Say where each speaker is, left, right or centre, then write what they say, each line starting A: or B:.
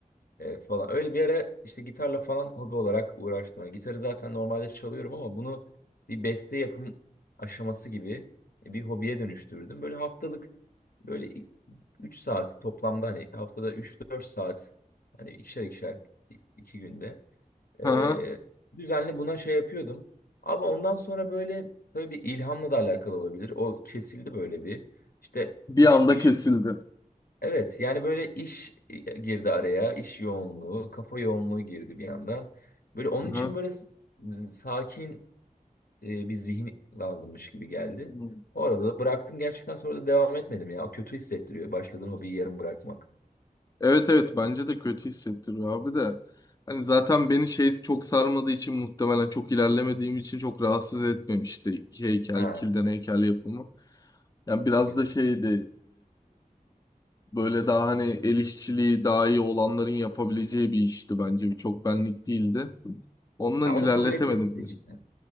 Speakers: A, on the left (about 80°); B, on the left (about 25°).
A: Evet falan. Öyle bir ara işte gitarla falan hobi olarak uğraştım. Yani gitarı zaten normalde çalıyorum ama bunu bir beste yapım aşaması gibi e, bir hobiye dönüştürdüm. Böyle haftalık böyle 3 saat toplamda hani haftada üç dört saat hani ikişer ikişer i- iki günde
B: Aha.
A: ee, düzenli buna şey yapıyordum. Ama ondan sonra böyle tabii bir ilhamla da alakalı olabilir. O kesildi böyle bir. İşte
B: Bir
A: iş
B: anda
A: iş
B: kesildi.
A: Evet yani böyle iş e, girdi araya, iş yoğunluğu, kafa yoğunluğu girdi bir yandan. Böyle onun
B: Aha.
A: için böyle s- z- sakin e, bir zihin lazımmış gibi geldi.
B: Hı.
A: O arada da bıraktım gerçekten sonra da devam etmedim ya. O kötü hissettiriyor başladığın hobiyi yarım bırakmak.
B: Evet evet bence de kötü hissettiriyor abi de. Hani zaten beni şey çok sarmadığı için muhtemelen çok ilerlemediğim için çok rahatsız etmemişti heykel,
A: Ha
B: kilden heykel yapımı. Yani biraz
A: o güzel.
B: da şeydi e, böyle daha hani el işçiliği daha iyi olanların yapabileceği bir işti bence. Bir çok benlik değildi. Ondan
A: Ha,
B: ilerletemedim
A: onu kabul etmişsin
B: beni.
A: işte.